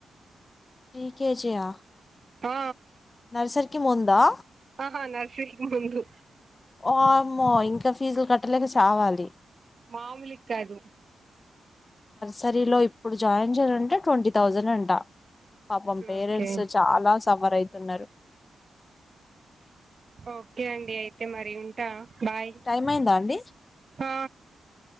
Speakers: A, on the left; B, on the right.
A: ఫ్రీకేజియా
B: ఆ
A: నర్సరికి ముందా
B: ఆ నర్సరీకి ముందు
A: ఓమ్మో ఇంకా ఫీజులు కట్టలేక సావాలి
B: మామూలిక్కాదు
A: నర్సరీ లో ఇప్పుడు జాయిన్ చేయాలంటే ట్వంటీ థౌజండ్ అంట పాపం పేరెంట్స్
B: ఓకే
A: చాలా సఫర్ అయితున్నారు
B: ఓకే అండి అయితే మరి ఉంటా బాయ్
A: టైం అయిందా అండి
B: ఆ